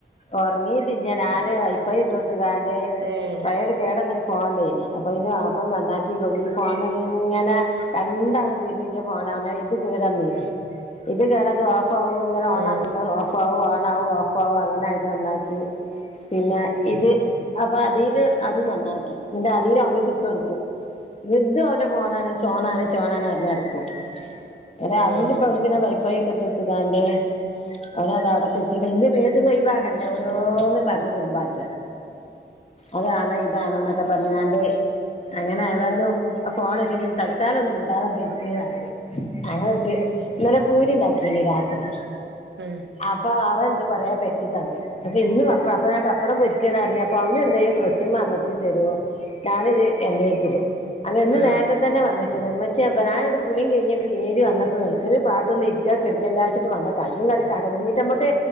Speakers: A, on the left; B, on the right.
A: ഒറങ്ങീട്ടില്ല ഞാന് വൈഫൈ ഇട്ടോട്ത്ത്കാണ്ട്
B: ഉം
A: പയൊരു കേടന്നൊരു ഫോണ് ണ്ടേനി അപ്പ അയിന് വാപ്പ നന്നാക്കി കൊടുന്നി ഈ ഫോണിനിങ്ങനെ രണ്ടാളും വരും ഇന്റെ ഫോണ് അങ്ങനെ ഇത് കേടന്നിനി ഇത് കേടന്ന് ഓഫ് ആവും ഇങ്ങനെ ഓണക്കുമ്പോ
B: ഉം
A: ഓഫ് ഓഫ് ആവും ഓൺ ആകും ഓഫ് ആവും അങ്ങനെ ആയിട്ട് നന്നാക്കി. പിന്നെ
B: ഉം ഉം
A: ഇത് അപ്പോ അതില് അതും നന്നാക്കി, എന്നിട്ട് അതിൽ അവനിക്കിട്ടൊടുക്കും. ഇതും അവന്റെ ഫോണാണ് ചോണാണ് ചോണാണ് പറഞ്ഞടുക്കും എന്ന
B: ഉം
A: അതില് അപ്പ അവനിക്ക് ഞാൻ വൈഫൈ ഒക്കെ എടുത്തൊടുത്ത്ക്കാണ്ട് ഓനതാ അവിടെത്തെത്തിട്ട ഇന്റെ മേത്ത്ന്ന് ഒഴിവാകണ്ടേ ഓരോന്ന് പറഞ്ഞ് കുറുമ്പാട്ട അതണോ ഇതാണോ എന്നൊക്കെ പറഞ്ഞുക്കാണ്ട് അങ്ങനെ ഏതായാലും അഹ ഫോണ് കിട്ടിട്ട് തൽക്കാലം ഒന്ന് മിണ്ടാതെ അവിടെ ഇരിക്ക് പറഞ്ഞ് അങ്ങനെ ഇട്ട് ഇന്നലെ പൂരി ഉണ്ടാക്കിനി രാത്രി
B: ഉം
A: അപ്പോ അവൻ എന്ത് കൊറെ പരത്തി തന്നു അപ്പോ ഇന്ന് അപ്പോ ഞാൻ പപ്പടം പൊരിക്കാണ് പറഞ്ഞപ്പോ അവന് എന്തയ്യും പ്രസ്സ്മൽ അമർത്തി തരുവോ. ഞാനിത് എണ്ണക്കിടും അങ്ങനെ ഇന്ന്
B: ഉം
A: നേരത്തെ തന്നെ വന്നിക്കണ് ഇമ്മച്ചിയെ പ്പം ഞാൻ കുളിയും കഴിഞ്ഞണ്ട് കേറി വന്നപ്പോ മൻസനൊരു പാത്തൊന്ന് ഇരി ക്കാ കെടുക്കല്ലാച്ചിട്ട് വന്ന കയ്യും കാലും കടഞ്ഞിട്ട് നമ്മുക്ക്